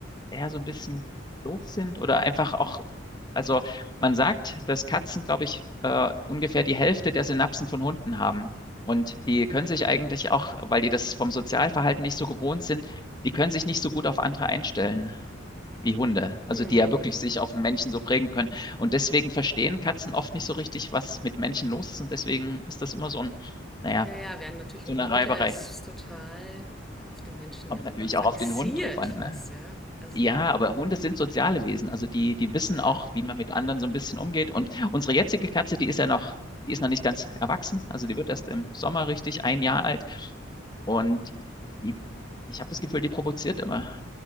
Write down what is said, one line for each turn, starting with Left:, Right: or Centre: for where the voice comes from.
Left: eher so ein bisschen doof sind oder einfach auch, also man sagt, dass Katzen, glaube ich, äh, ungefähr die Hälfte der Synapsen von Hunden haben. Und die können sich eigentlich auch, weil die das vom Sozialverhalten nicht so gewohnt sind, die können sich nicht so gut auf andere einstellen wie Hunde. Also
Centre: Hm.
Left: die ja wirklich sich auf Menschen so prägen können. Und deswegen verstehen Katzen oft nicht so richtig, was mit Menschen los ist. Und deswegen ist das immer so ein, naja,
Centre: Ja, ja, während natürlich
Left: so
Centre: ein
Left: eine
Centre: Hund,
Left: Reiberei.
Centre: der ist total auf den Menschen
Left: Kommt
Centre: ja sogar
Left: natürlich
Centre: fixiert
Left: auch auf den Hund drauf an,
Centre: fast,
Left: ne?
Centre: ja. Also,
Left: Ja, aber Hunde sind soziale Wesen. Also die, die wissen
Centre: ja.
Left: auch, wie man mit anderen so ein bisschen umgeht. Und unsere jetzige Katze, die ist ja noch, die ist noch nicht ganz erwachsen. Also die wird erst im Sommer richtig ein Jahr alt. Und die, ich habe das Gefühl, die provoziert immer.